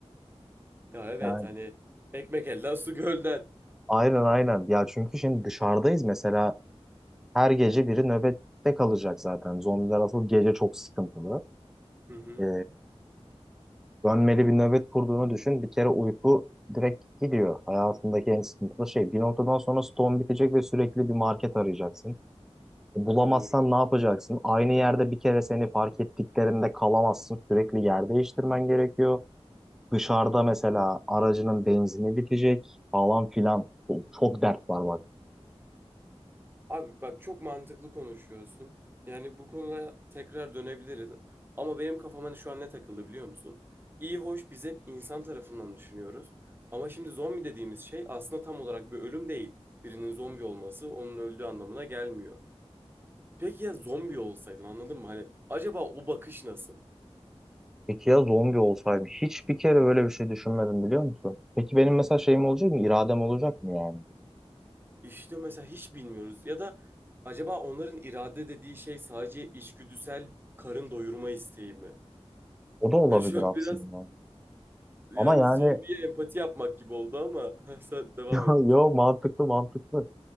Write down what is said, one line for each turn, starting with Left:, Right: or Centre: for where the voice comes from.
Right: Ya evet
Centre: Yani
Right: hani ekmek elden su gölden.
Centre: aynen aynen ya çünkü şimdi dışarıdayız mesela her gece biri nöbette kalacak zaten zombiler asıl gece çok sıkıntılı.
Right: Hı hı,
Centre: E, dönmeli bir nöbet kurduğunu düşün bir kere uyku direkt gidiyor hayatındaki en sıkıntılı şey bir noktadan sonra stone bitecek ve sürekli bir market arayacaksın. Bulamazsan
Right: doğru.
Centre: ne yapacaksın? Aynı yerde bir kere seni fark ettiklerinde kalamazsın. Sürekli yer değiştirmen gerekiyor. Dışarıda mesela aracının benzini bitecek falan filan. Çok dert var bak.
Right: Abi bak çok mantıklı konuşuyorsun. Yani bu konuya tekrar dönebiliriz. Ama benim kafam hani şu an ne takıldı biliyor musun? İyi hoş biz hep insan tarafından düşünüyoruz. Ama şimdi zombi dediğimiz şey aslında tam olarak bir ölüm değil. Birinin zombi olması onun öldüğü anlamına gelmiyor. Peki ya zombi olsaydın anladın mı? Hani acaba o bakış nasıl?
Centre: Peki ya zombi olsaydım? Hiç bir kere böyle bir şey düşünmedim biliyor musun? Peki benim mesela şeyim olacak mı? İradem olacak mı yani?
Right: İşte mesela hiç bilmiyoruz. Ya da acaba onların irade dediği şey sadece içgüdüsel karın doyurma isteği mi?
Centre: O da olabilir
Right: Hani şu an
Centre: aslında.
Right: <laughs> biraz Yani
Centre: Ama yani
Right: zombiye
Centre: <laughs>
Right: empati yapmak gibi oldu ama <laughs> sen devam
Centre: yo,
Right: et lütfen.
Centre: yo mantıklı mantıklı.